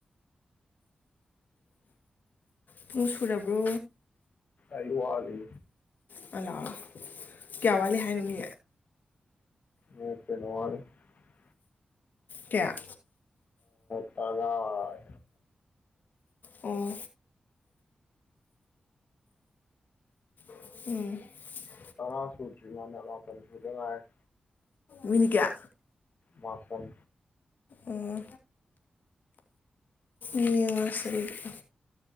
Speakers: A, on the left (about 75°); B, on the left (about 60°).
A: <inaudible> ꯄꯨꯡ ꯁꯨꯔꯔꯕ꯭ꯔꯣ
B: ꯑꯩ ꯋꯥꯠꯂꯤ
A: <unintelligible> ꯀꯌꯥ ꯋꯥꯠꯂꯤ ꯍꯥꯏꯅꯣ ꯃꯤ
B: <unintelligible>
A: ꯀ꯭ꯌꯥ
B: <unintelligible>
A: ꯑꯣ <inaudible>
B: ꯇꯔꯥ ꯁꯨꯗ꯭ꯔꯤ <unintelligible> ꯃꯥꯄꯜ ꯈꯛꯇ ꯉꯥꯏꯔꯦ
A: ꯃꯤꯅꯤꯠ ꯀꯌꯥ
B: ꯃꯥꯄꯜ
A: ꯑꯣ ꯌꯦꯡꯉꯁꯦ ꯑꯗꯨꯗꯤ